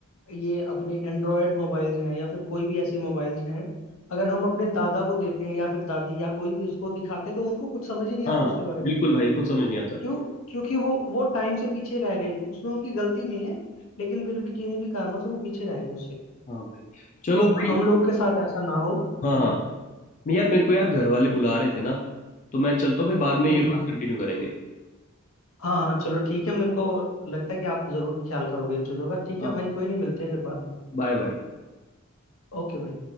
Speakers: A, on the left (about 75°); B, on the left (about 35°).
A: ये अपने एंड्रॉयड मोबाइल्स हैं या फिर कोई भी ऐसे मोबाइल्स हैं अगर हम अपने दादा को देते हैं या फिर दादी या कोई भी उसको दिखाते हैं तो उनको कुछ समझ ही नहीं
B: हाँ
A: आता उसके बारे
B: बिल्कुल
A: में
B: भाई कुछ समझ नहीं आता
A: क्यों क्योंकि वो वो टाइम से पीछे रह गई उसमें उनकी गलती नहीं है लेकिन फिर भी किन्हीं भी कारणों से वो पीछे रह गए उससे
B: हाँ भाई चलो
A: तो
B: भाई
A: हम लोगों के साथ ऐसा ना हो
B: हाँ
A: है
B: हाँ
A: ना
B: मैं यार मेरे को यार घर वाले बुला रहे थे ना तो मैं चलता हूँ फिर बाद में ये
A: हम्म
B: बात
A: हम्म, हम्म।
B: कंटिन्यू करेंगे
A: हाँ हाँ चलो ठीक है मेरे को लगता है कि आप जरूर ख्याल करोगे इन चीजों का ठीक
B: हाँ
A: है भाई कोई नहीं मिलते हैं फिर बात में
B: Bye bye
A: ओके भाई